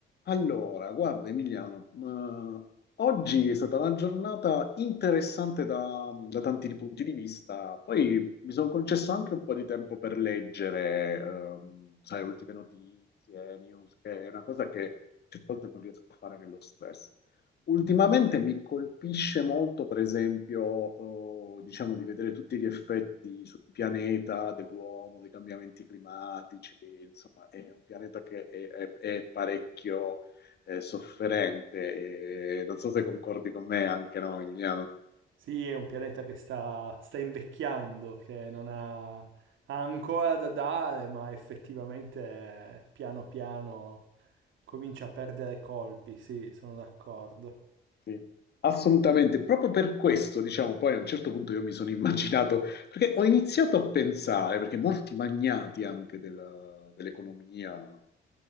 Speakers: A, on the left; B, on the right.
A: Allora, guarda Emiliano, ma oggi è stata una giornata interessante da, da tanti punti di vista. Poi mi sono concesso anche un po' di tempo per leggere, ehm, sai, ultime notizie, news, che è una cosa che certe volte non riesco a fare nello stress. Ultimamente mi colpisce molto, per esempio, eh, diciamo di vedere tutti gli effetti sul pianeta dell'uomo, dei cambiamenti climatici, insomma, è un pianeta che è, è- è parecchio eh, sofferente. e non so se concordi con me anche, no, Emiliano?
B: Sì, è un pianeta che sta, sta invecchiando, che non ha, ha ancora da dare, ma effettivamente eh, piano piano comincia a perdere colpi, sì, sono d'accordo.
A: Sì, assolutamente. Proprio per questo, diciamo, poi a un certo punto io mi sono immaginato, perché ho iniziato a pensare, perché molti magnati anche della- dell'economia